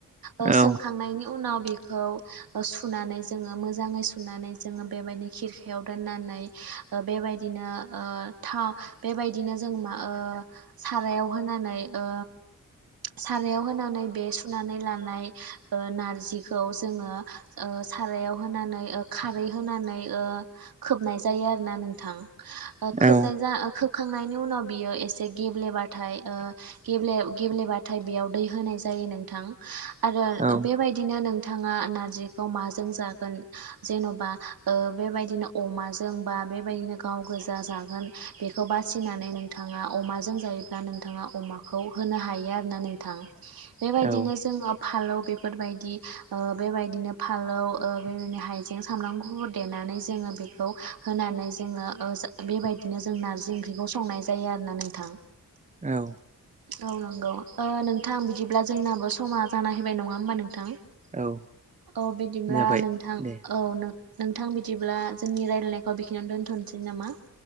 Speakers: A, on the right (about 80°); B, on the right (about 20°).
A: ओ
B: औ
A: सोमखांनायनि उनाव बेखौ सुनानै जोङो मोजाङै सुनानै जोङो बेबायदिनो खिरखायाव दोननानै। बेबायदिनो ओ था बेबायदिनो जों ना ओ सारायाव होनानै ओ सारायाव होनानै बे सुनानै लानाय नारजिखौ जोङो सारायाव होनानै खारै होनानै ओ खोबनाय जायो आरोना नोंथां। खोबनाय
B: औ
A: जा खोबखांनायनि उनाव बियो एसे गेब्लेबाथाय ओ गेब्ले गेब्लेबाथाय बेयाव दै होनाय जायो नोंथां। आरो
B: औ
A: बेबायदिनो नों बिथाङा नार्जिखौ माजों जागोन जेन'बा बेबायदिनो अमाजों बा बेबायदिनो गाव गोजा जागोन बेखौ बासिनानै नों नोंथाङा अमाजों जायोब्ला नोंथा अमाखौ होनो हायो आरोना नोंथां बेबायदिनो
B: औ
A: जों जोङो फालौ बेफोरबायदि ओ बेबायदिनो फालौ ओ बेदिनो हायजें सामब्राम गुुफुर देनानै जोङो बेखौ होनानै जोङो ओ बेबायदिनो जों नारजि ओंख्रिखौ संनाय ज जायो आरोना नोंथां।
B: औ
A: औ नंगौ नोंथां बिदिब्ला जोंनाबो समा जाना फैबाय नङा होमबा नोंथां।
B: औ
A: औ बिदिब्ला
B: जाबाय
A: नोंथां
B: दे
A: औ नों नोंथां बिदिब्ला जोंनि रायजलायनायखौ बेखिनो दोन्थ'नोसै नामा।